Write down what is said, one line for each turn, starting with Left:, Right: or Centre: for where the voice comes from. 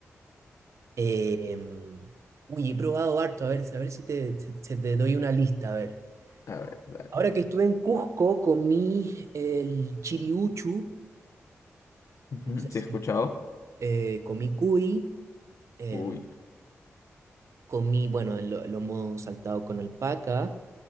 Right: Em, uy, he probado harto, a ver, a ver si te, se- se te doy una lista, a ver.
Left: A ver, dale.
Right: Ahora que estuve en Cusco, comí el chiriuchu,
Left: Ujú,
Right: no sé
Left: ¿Sí
Right: si,
Left: he escuchado?
Right: eh, comí cuy, em,
Left: Uy,
Right: comí, bueno, el, lo- lomo saltado con alpaca,